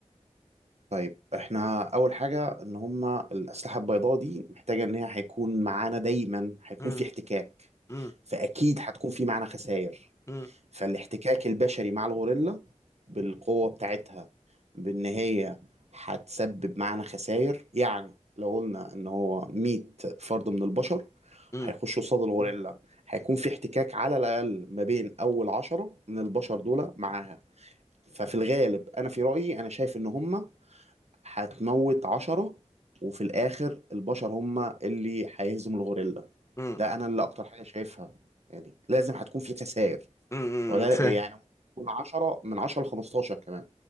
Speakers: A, on the right; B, on the left.
A: طيب احنا أول حاجة إن هما الأسلحة البيضاء دي محتاجة إن هي هيكون معانا دايما هيكون
B: مم،
A: في احتكاك
B: مم،
A: فأكيد هتكون في معانا خسائر
B: مم،
A: فالاحتكاك البشري مع الغوريلا بالقوة بتاعتها بإن هي هتسبب معانا خسائر يعني لو قلنا إن هو 100 فرد من البشر
B: مم،
A: هيخشوا قصاد الغوريلا هيكون في احتكاك على الأقل ما بين أول عشرة من البشر دول معاها ففي الغالب أنا في رأيي أنا شايف إن هما هتموت عشرة وفي الآخر البشر هما اللي هيهزموا الغوريلا
B: مم،
A: ده أنا اللي أكتر حاجة شايفها يعني لازم هتكون في خسائر
B: مم، مم،
A: ولا
B: فاهم
A: يعني من 10 من 10 ل 15 كمان